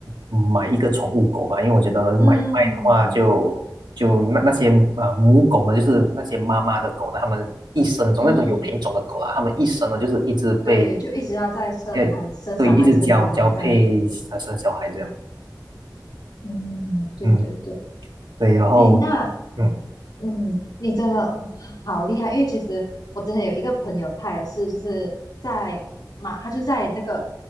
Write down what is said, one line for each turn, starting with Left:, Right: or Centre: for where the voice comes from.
Right: 买一个宠物狗吧，因为我觉得买卖的话就，
Left: 嗯
Right: 就那那些呃母狗呢，就是那些妈妈的狗呢，它们一生中那种有品种的狗啦，
Left: 嗯，
Right: 它们一生呢就是一直被
Left: 对，就一直要在生孩生小孩生小孩这样子。
Right: 呃对一直交交配呃生小孩这样，
Left: 嗯，对对对。
Right: 嗯，对，然后
Left: 哎，那
Right: 嗯
Left: 嗯，你真的好厉害，因为其实我之前有一个朋友，他也是就是在马，他就在那个